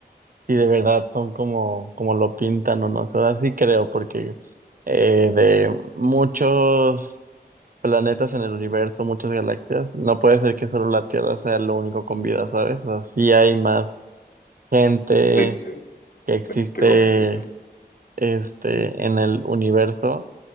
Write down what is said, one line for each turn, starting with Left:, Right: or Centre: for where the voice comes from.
Right: si de verdad son como, como lo pintan o no sé, o sea, sí creo, porque eh, de muchos planetas en el universo, muchas galaxias. No puede ser que solo la Tierra sea lo único con vida, ¿sabes? O sea, sí hay más gente
Left: Sí, sí.
Right: que existe
Left: Estoy convencido.
Right: este, en el universo,